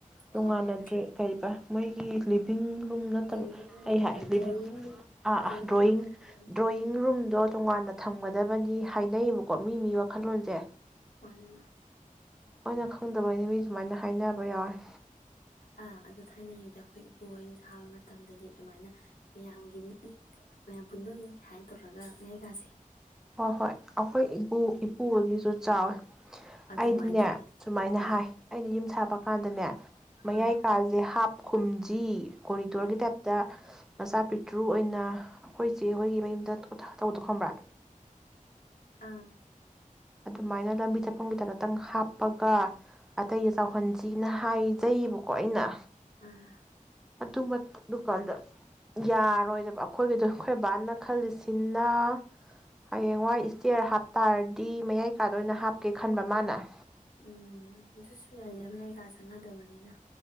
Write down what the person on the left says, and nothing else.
ꯍꯣꯏ ꯍꯣꯏ
ꯂꯤꯚꯡ ꯔꯨꯝ
ꯍꯣꯏ
ꯗ꯭ꯔꯣꯋꯤꯡ
ꯔꯨꯝ ꯗ꯭ꯔꯣꯋꯤꯡ
ꯔꯨꯝ ꯀ ꯍꯥꯏꯗꯅ
ꯎꯝ
ꯃꯥꯅꯦ ꯃꯥꯅꯦ
ꯑꯥ ꯑꯗꯨ ꯊꯥꯏꯅꯉꯩꯗ ꯑꯩꯈꯣꯏ ꯏꯄꯨꯍꯣꯏꯅ ꯁꯥꯕ ꯃꯇꯝꯗꯗꯤ ꯑꯗꯨꯃꯥꯏꯅ ꯃꯌꯥꯝꯒꯤꯅꯤ ꯃꯌꯥꯝ ꯄꯨꯟꯕꯝꯅꯤ ꯍꯥꯏꯅ ꯇꯧꯔꯒ ꯃꯌꯥꯏ ꯀꯥꯁꯦ
ꯑꯗꯨꯃꯥꯏꯅ
ꯇꯧꯋꯤ
ꯑꯥ
ꯑꯥ
ꯑꯥ
ꯑꯥ
ꯎꯝ
ꯎꯝ ꯑꯗꯨꯁꯨ ꯌꯥꯔꯤꯗ ꯃꯌꯥꯏ ꯀꯥ ꯆꯪꯅꯗꯕꯅꯤꯅ